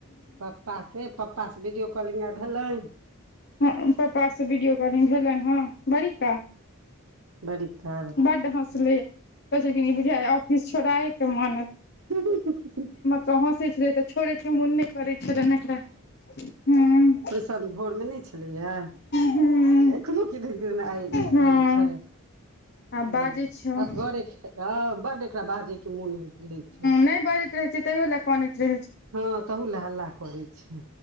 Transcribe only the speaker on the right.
पप्पाके पप्पासँ वीडियो कॉलिंग आइ भेलनि
बड़ी काल
<inaudible>
तहन भोरमे नहि छै छलैयै
एखनो किदन किदन आइ उ
करै छै
ह
असगरे खेलब बड एकरा बाजे के मोन होय रहय छै
हँ तहू लए हल्ला करै छै